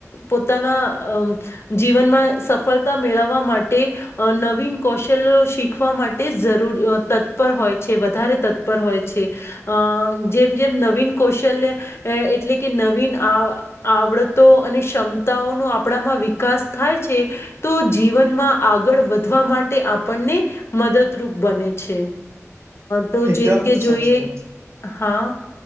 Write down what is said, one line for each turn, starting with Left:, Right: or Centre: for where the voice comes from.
Left: પોતાના અ જીવનમાં સફળતા મેળવવા માટે નવીન કૌશલ્ય શીખવા માટે જરૂર તત્પર હોય છે વધારે તત્પર હોય છે અ જેમ જેમ નવીન કૌશલ્ય એટલે કે નવીન આવડતો અને ક્ષમતાઓનો આપણામાં વિકાસ થાય છે તો જીવનમાં આગળ વધવા માટે આપણને મદદરૂપ બને છે. તો
Right: એકદમ
Left: જેમ કે જોઈએ
Right: સાચી વાત
Left: હા.